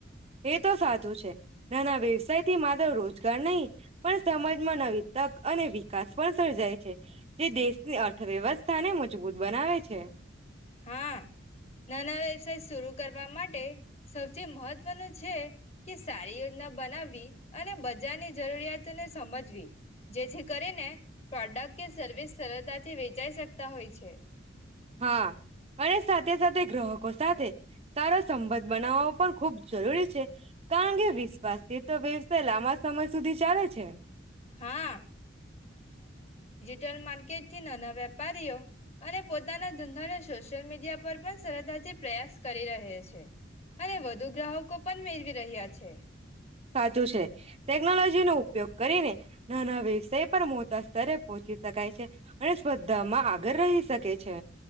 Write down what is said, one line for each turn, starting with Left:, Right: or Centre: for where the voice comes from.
Right: એ તો સાચું છે. નાના વ્યવસાય થી માત્ર રોજગાર નહીં, પણ સમાજમાં નવી તક અને વિકાસ પણ સર્જાય છે. જે દેશની અર્થવ્યવસ્થાને મજબૂત બનાવે છે.
Left: હા નાના વ્યવસાય શરૂ કરવા માટે સૌથી મહત્વનું છે કે સારી યોજના બનાવવી અને બજારની જરૂરિયાતોને સમજવી. જેછી કરે ને પ્રોડક્ટ કે સર્વિસ સરળતાથી વેચાઈ શકતા હોય છે.
Right: હા. અને સાથે સાથે ગ્રહક કો સાથે સારો સંબંધ બનાવો પણ ખૂબ જરૂરી છે. કારણ કે વિશ્વાસથી તો વ્યવસાય લાંબા સમય સુધી ચાલે છે.
Left: હા ટલ માર્કેટ થી નાના વેપારીઓ અને પોતાના ધંધાને સોશિયલ મીડિયા પર પણ સરળતાથી પ્રયાસ કરી રહે છે. અને વધુ ગ્રાહકો પણ મેળવી રહ્યા છે
Right: સાચું છે. ટેકનોલોજી નો ઉપયોગ કરીને નાના વ્યવસાય પર મોટા સ્તરે પહોચીં શકાય છે. અને સ્પર્ધામાં આગળ રહી શકે છે.